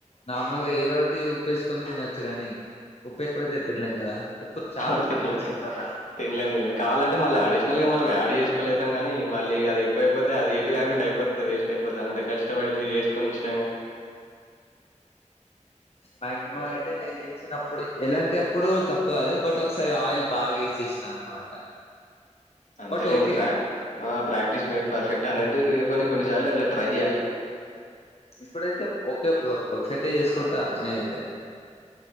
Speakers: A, on the left; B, on the left.
A: నార్మల్గా ఏదో ఒకటి ఉప్పు వేసుకొని తినొచ్చు కాని ఉప్పు ఎక్కువ అయితే తినలేం కదా చాలా
B: లే
A: తక్కువ వేసుకుంటాను దాంట్లో
B: తినలేం తినలేం కావాలంటే మళ్ళీ అడిషనల్ గా మనం యాడ్ చేసు ఎక్వల్ అవుాం కానీ మళ్ళ అదిక్కువయితే అది ఎటు కాకుండా అయిపోతుంది వేస్ట్ అయిపోతు అంతా కష్టపడి మీరు చేసుకొని ఇష్టంగా
A: మాక్సిమం అయితే నేను చేసినప్పుడు ఎలాంటి అప్పుడు తప్పు కాదు బట్ ఒకసారి ఆయిల్ బాగా వేసేసిన అనమాట
B: అంతేలేండి
A: బట్ ఓకే
B: ప్ర ప్రాక్టీస్ మేట్ పర్ఫెక్ట్ అన్నట్టు ఇక కొన్ని కొన్నిసార్లు అలా ట్రై చేయాలి
A: ఇప్పుడైతే ఓకే బ్రో పెర్ఫెక్ట్ చేసుకుంటా నేనయితే